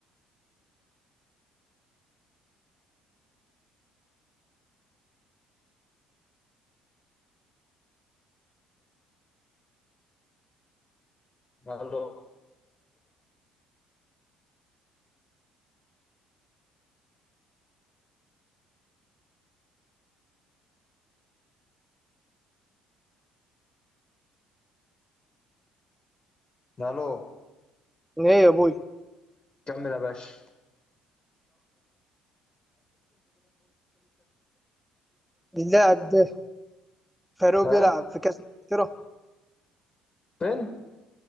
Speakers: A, on the left (about 30°); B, in the centre.
A: الو الو
B: ايه يا ابوي
A: كمل يا باشا
B: اللاعب ده فاروق
A: ها
B: بيلعب في كاس انجلترا
A: فين